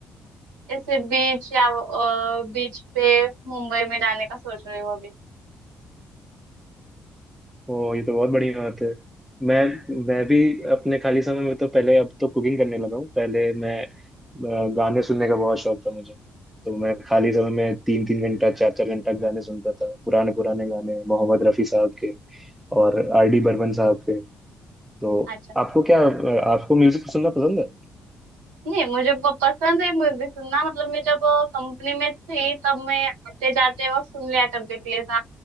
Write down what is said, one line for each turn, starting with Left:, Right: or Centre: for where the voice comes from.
Right: ऐसे बीच या बीच पे मुंबई में जाने का सोच रही हूँ अभी
Centre: ओ ये तो बहुत बढ़िया बात है मैं मैं भी अपने खाली समय में तो पहले अब तो कुकिंग करने लगा हूँ पहले मैं अ, गाने सुनने का बहुत शौक था मुझे तो मैं खाली समय में तीन तीन घंटा चार चार घंटा गाने सुनता था पुराने पुराने गाने मोहम्मद रफ़ी साहब के और आर डी बर्मन साहब के तो
Right: अच्छा
Centre: आपको क्या आपको म्यूजिक सुनना पसंद है
Right: नहीं मुझे प- पसंद है म्यूजिक सुनना मतलब मैं जब कंपनी में थी तब मैं आते जाते वक्त सुन लिया करती थी ऐसा